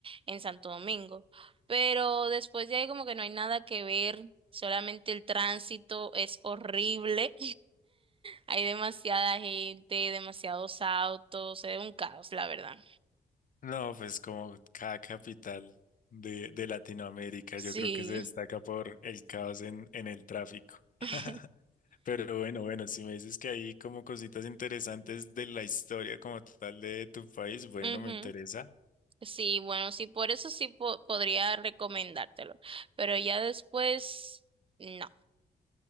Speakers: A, on the right; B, on the left.
A: en Santo Domingo. Pero después de ahí como que no hay nada que ver, solamente el tránsito es horrible. Hay demasiada gente, demasiados autos, es un caos, la verdad.
B: No, pues como cada capital de, de Latinoamérica, yo
A: Sí.
B: creo que se destaca por el caos en, en el tráfico. <laughs>
A: <laughs>
B: Pero bueno, bueno, si me dices que hay como cositas interesantes de la historia como tal de tu país, bueno,
A: Ujú.
B: me interesa.
A: Sí, bueno, sí, por eso sí po- podría recomendártelo, pero ya después, no.